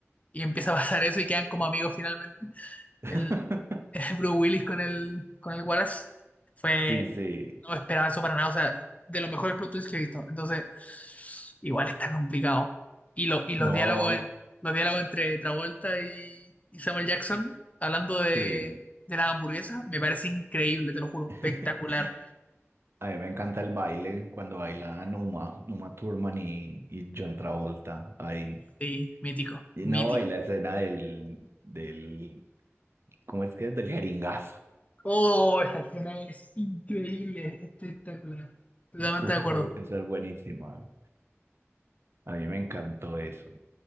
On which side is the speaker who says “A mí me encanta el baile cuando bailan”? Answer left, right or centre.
Right